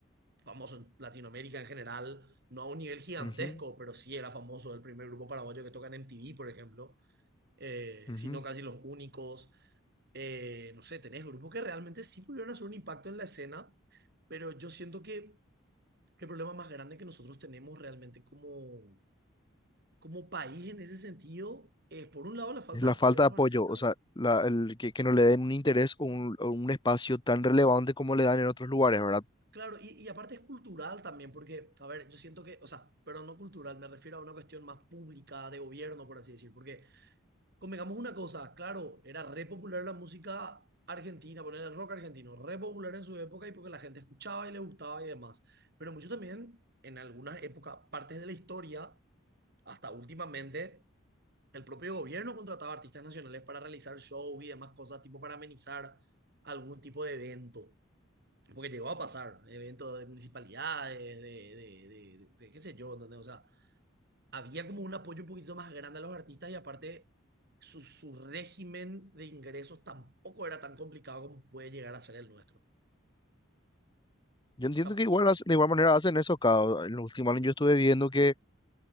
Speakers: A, on the right; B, on the left.
A: famoso en Latinoamérica en general, no a un nivel gigantesco,
B: ujú,
A: pero sí era famoso el primer grupo paraguayo que toca en MTV, por ejemplo, eh,
B: ujú.
A: sino casi los únicos eh, no sé, tenés grupos que realmente sí pudieron hacer un impacto en la escena, pero yo siento que el problema más grande que nosotros tenemos realmente como, como país en ese sentido es, por un lado, la falta
B: Es la
A: de
B: falta
A: apoyo a los
B: de apoyo,
A: artistas.
B: o sea, la- el que, que no le den un interés o un, o un espacio tan relevante como le dan en otros lugares, ¿verdad?
A: Claro, y, y aparte es cultural también, porque, a ver, yo siento que, o sea, pero no cultural, me refiero a una cuestión más pública, de gobierno, por así decir, porque Convengamos una cosa, claro, era re popular la música argentina, poner el rock argentino, re popular en su época y porque la gente escuchaba y le gustaba y demás. Pero mucho también, en algunas épocas, partes de la historia, hasta últimamente, el propio gobierno contrataba artistas nacionales para realizar shows y demás cosas, tipo para amenizar algún tipo de evento. Porque llegó a pasar, eventos de municipalidades, de, de, de- de- de qué sé yo, ¿entendés? O sea, había como un apoyo un poquito más grande a los artistas y aparte su, su régimen de ingresos tampoco era tan complicado como puede llegar a ser el nuestro. O
B: Yo entiendo
A: sea,
B: que igual hace- de igual manera hacen eso acá. o En los últimos años yo estuve viendo que